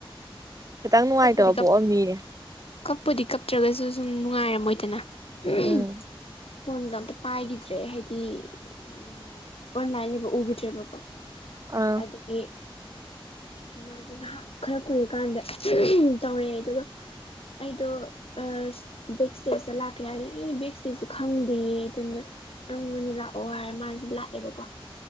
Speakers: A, on the right; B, on the left.
A: ꯈꯤꯇꯪ
B: ꯑꯗꯩ
A: ꯅꯨꯡꯉꯥꯏꯇꯕ
B: ꯀꯞꯄꯗꯤ ꯀꯞ
A: ꯄꯣꯛꯑꯝꯅꯤꯌꯦ
B: ꯀꯞꯄꯨꯗꯤ ꯀꯞꯇ꯭ꯔꯒꯁꯨ ꯁꯨꯝ ꯅꯨꯡꯉꯥꯏꯔꯝꯃꯣꯏꯗꯅ <unintelligible>
A: ꯎꯝ
B: ꯐꯣꯟꯒ ꯑꯝꯇ ꯄꯥꯏꯒꯤꯗ꯭ꯔꯦ ꯍꯥꯏꯗꯤ ꯎꯝ ꯑꯣꯟꯂꯥꯏꯟ ꯂꯩꯕ ꯎꯒꯤꯗ꯭ꯔꯦꯕꯀꯣ
A: ꯑꯥ
B: ꯑꯗꯒꯤ ꯃꯥꯖꯦ ꯉꯥꯍꯥꯛ ꯈꯔ ꯀꯨꯏꯔꯀꯥꯟꯗ ꯇꯧꯔꯛꯑꯦ ꯑꯗꯨꯒ ꯑꯩꯗꯣ ꯑꯁ ꯕꯦꯛ ꯏꯁꯇꯦꯖꯇ ꯂꯥꯛꯀꯦ ꯍꯥꯏꯔꯦ ꯑꯩꯩꯅ ꯕꯦꯛ ꯏꯁꯇꯦꯖꯇꯣ ꯈꯪꯗꯦ ꯑꯗꯨꯅ ꯅꯪ ꯑꯣꯏꯅ ꯂꯥꯛꯑꯣ ꯍꯥꯏꯔ ꯃꯥꯖꯦ ꯂꯥꯛꯑꯦꯕꯀꯣ